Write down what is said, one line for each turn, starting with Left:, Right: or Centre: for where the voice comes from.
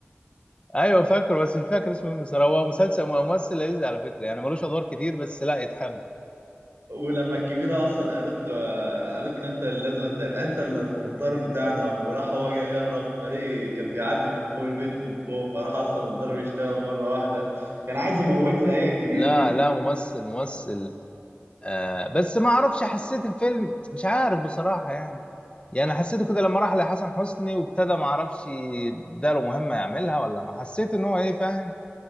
Left: ايوه فاكره بس مش فاكر اسمه مين بس هو مسلسل ممثل لذيذ على فكره يعني ملوش ادوار كتير بس لا يتحب
Right: ولما الكبيرة أصلا قالت له قالت له أنت اللي لازم أنت أنت اللي القنطار بتاعنا وراح هو جاي يهرب فريق كان بيعدي من فوق البيت من فوق فراح أصلا الضرب يشتغل مرة واحدة كان عايز يموتها هي الكبيرة
Left: لا
Right: دي
Left: لا ممثل ممثل آه بس ما اعرفش حسيت الفيلم مش عارف بصراحة يعني يعني حسيته كده لما راح لحسن حسني وابتدى ما اعرفش اداله مهمة يعملها ولا ما حسيت ان هو ايه فاهم